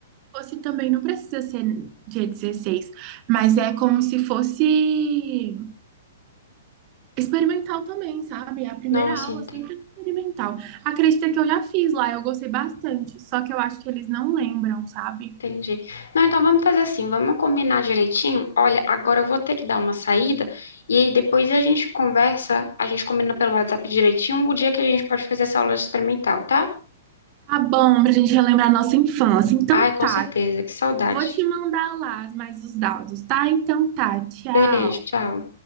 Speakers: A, on the right; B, on the left.
A: fosse também não precisa ser dia dezesseis mas é como se fosse experimental também, sabe? É A primeira
B: Nossa,
A: aula
B: entendi,
A: sempre é experimental. Acredita que eu já fiz lá, eu gostei bastante, só que eu acho que eles não lembram, sabe?
B: entendi. Não, então vamos fazer assim, vamos combinar direitinho. Olha, agora eu vou ter que dar uma saída e aí depois a gente conversa, a gente combina pelo WhatsApp direitinho o dia que a gente pode fazer essa aula experimental, tá?
A: Tá bom, pra gente relembrar a nossa infância. Então
B: Ai, com
A: tá,
B: certeza, que saudade.
A: vou te mandar lá mais os dados, tá? Então tá, tchau.
B: Beijo, tchau.